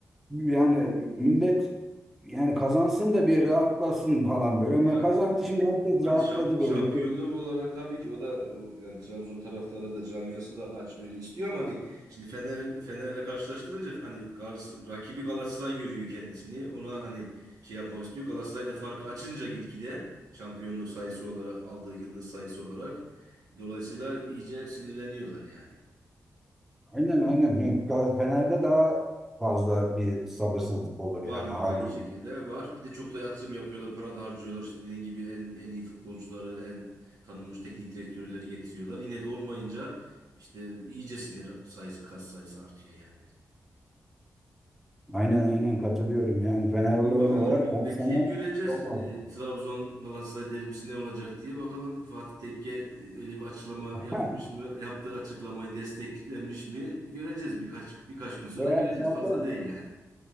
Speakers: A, in the centre; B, on the right (about 85°).
A: yani millet yani kazansın da bir rahatlasın falan böyle. Ama
B: Ya
A: kazandı
B: işte e,
A: şimdi herkes
B: hani
A: rahatladı
B: şam- şampiyonluk
A: böyle. Bir,
B: olarak tabii ki o da o yani Trabzon taraftarı da camiası da aç öyle istiyor ama hani şimdi Fener Fener'le karşılaştırınca hani Gals- rakibi Galatasaray görüyor kendisini. Ona hani şey yapmak istiyor. Galatasaray da farkı açınca gitgide şampiyonluk sayısı olarak aldığı yıldız sayısı olarak dolayısıyla iyice sinirleniyorlar yani.
A: aynen aynen. Yok, Gal- Fener'de daha fazla bir sabırsızlık olur
B: Var
A: yani
B: var
A: haliyle.
B: aynı şekilde var. Bir de çok da yatırım yapıyorlar, para da harcıyorlar. İşte dediğin gibi en en iyi futbolcuları, en tanınmış teknik direktörleri getiriyorlar. Yine de olmayınca işte iyice sinir sayısı, kas sayısı artıyor yani.
A: Aynen aynen katılıyorum yani Fenerli
B: İyi
A: olarak
B: bakalım bekleyip
A: 10 sene
B: göreceğiz.
A: çok fazla.
B: E, Trabzon Galatasaray derbisi ne olacak diye. Bakalım Fatih Tekke e, öyle bir açıklama
A: <laughs>
B: yapmış mı? Yaptığı açıklamayı desteklemiş mi? Göreceğiz birkaç birkaç gün sonra
A: Eğer
B: göreceğiz.
A: zaten
B: Fazla değil yani.